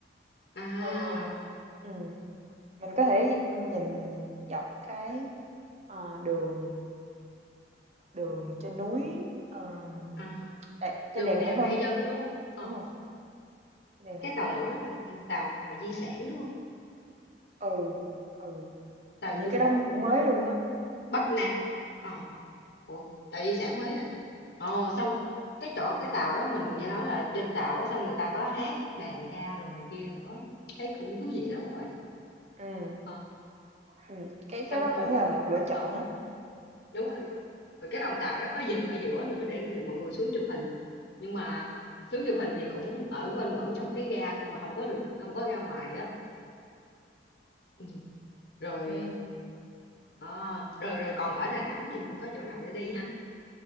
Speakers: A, on the left; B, on the right.
A: à,
B: Ờ, ừm, mình có thể nhìn dọc cái, ờ, đường đường trên núi, ờm,
A: à,
B: đè trên
A: đường
B: đèo Hải
A: đèo
B: Vân
A: hải
B: á,
A: dân đúng không? Ờ,
B: đúng rồi,
A: ờ.
B: trên đèo
A: Cái
B: Hải
A: tàu
B: Vân
A: lửa
B: á.
A: đó là như tàu tàu di sản đúng không?
B: Ừ, ừ,
A: Tàu
B: hình như
A: di
B: cái đó
A: sản
B: cũng mới luôn á.
A: Bắc Nam. Ờ, ủa, tàu di sản Huế Đà Nẵng. Ồ, xong cái chỗ cái tàu đó mình nghe nói là trên tàu á, xong người ta có hát đàn ca đồ này kia nữa. Thấy cũng thú vị lắm các bạn.
B: Ừm,
A: Ờ,
B: ừm, cái
A: xong
B: cái đó
A: rồi.
B: cũng là một lựa chọn
A: ờ,
B: á. Ừm,
A: đúng rồi đúng rồi rồi cái đoàn tàu đó có dừng ở giữa nữa để người- mọi người xuống chụp hình nhưng mà xuống chụp hình thì cũng ở quanh quẩn trong cái ga không mà không có được không có ra ngoài á ừ. rồi
B: ừm,
A: à, rồi rồi còn ở Đà Nẵng thì mình có chỗ nào để đi ha